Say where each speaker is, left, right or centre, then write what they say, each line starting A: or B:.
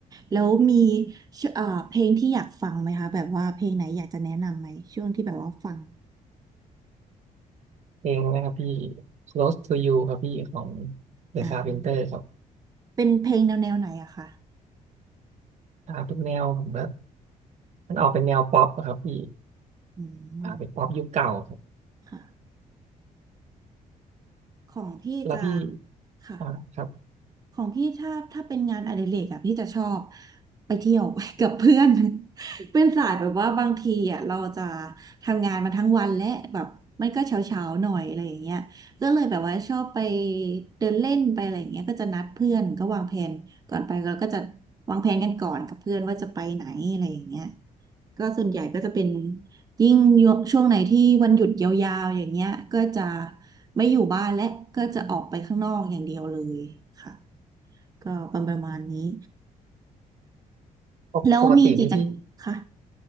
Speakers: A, on the right; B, on the right.
A: แล้วมีชอ่าเพลงที่อยากฟังไหมคะแบบว่าเพลงไหนอยากจะแนะนำไหมช่วงที่แบบว่าฟัง
B: เพลงนะครับพี่ Close to You ครับพี่ของ The
A: อ่า
B: Carpenter ครับ
A: เป็นเพลงแนวแนวไหนอะคะ
B: อ่าเป็นแนวผมว่ามันออกเป็นแนวป๊อปอะครับพี่
A: อืม
B: อ่าเป็นป๊อปยุคเก่าครับ
A: ค่ะของพี่จะ
B: แล้วพี่
A: ค่ะ
B: อ่าครับ
A: ของพี่ถ้าถ้าเป็นงานอดิเรกอะพี่จะชอบไปเที่ยว <laughs> กับเพื่อน <laughs> เป็นสายแบบว่าบางทีอะเราจะทำงานมาทั้งวันและแบบมันก็เช้าเช้าหน่อยอะไรอย่างเงี้ยก็เลยแบบว่าชอบไปเดินเล่นไปอะไรอย่างเงี้ยก็จะนัดเพื่อนก็วางแผนก่อนไปเราก็จะวางแผนกันก่อนกับเพื่อนว่าจะไปไหนอะไรอย่างเงี้ยก็ส่วนใหญ่ก็จะเป็นยิ่งช่วงไหนที่วันหยุดยาวๆอย่างเงี้ยก็จะไม่อยู่บ้านและก็จะออกไปข้างนอกอย่างเดียวเลยค่ะ ก็ประมาณนี้
B: ปกปกตินี่พี่
A: แล้วมีกิจกรรมค่ะ